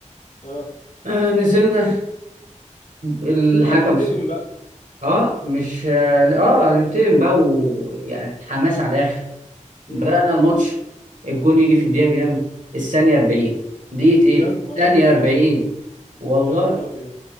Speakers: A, on the left; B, on the right.
A: اه
B: آه نزلنا الحكم
A: المفروض هتنتقم بقى
B: اه مش اه هننتقم بقى ويعني الحماس على الاخر
A: امم
B: بدأنا الماتش الجون يجي في الدقيقة كام؟ الثانية 40 دقيقة ايه؟
A: يا نهار
B: الثانية
A: ابيض
B: 40 والله
A: يا نهار ابيض